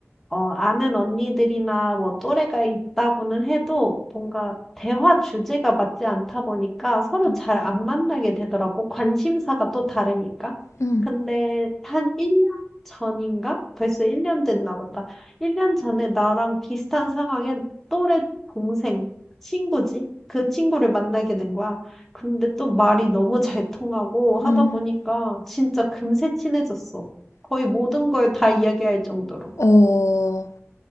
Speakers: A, in the centre; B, on the left.
A: 어, 아는 언니들이나 뭐 또래가 있다고는 해도 뭔가 대화 주제가 맞지 않다 보니까 서로
B: 음,
A: 잘 안 만나게 되더라고. 관심사가 또 다르니까.
B: 음,
A: 근데 한 1년 전인가? 벌써 1년 됐나 보다. 1년 전에 나랑 비슷한 상황에 또래 동생, 친구지? 그 친구를 만나게 된 거야. 근데 또 말이 너무 잘 통하고 하다
B: 음.
A: 보니까 진짜 금세 친해졌어. 거의 모든 걸 다 이야기할 정도로.
B: 어,